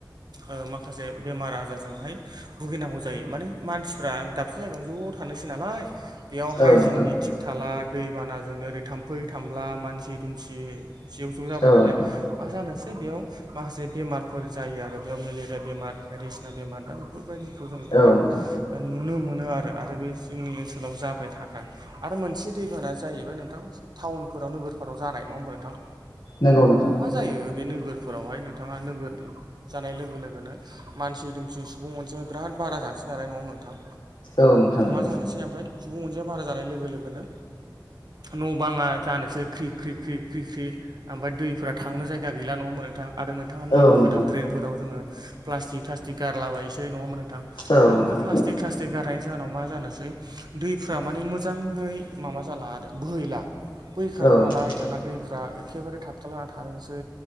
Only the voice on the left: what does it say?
औ नोंथां
औ
नोंथां
औ नोंथां
नंगौ नोंथां।
औ नोंथां नंगौ
औ
नोंथां
औ
नोंथां
औ
नोंथां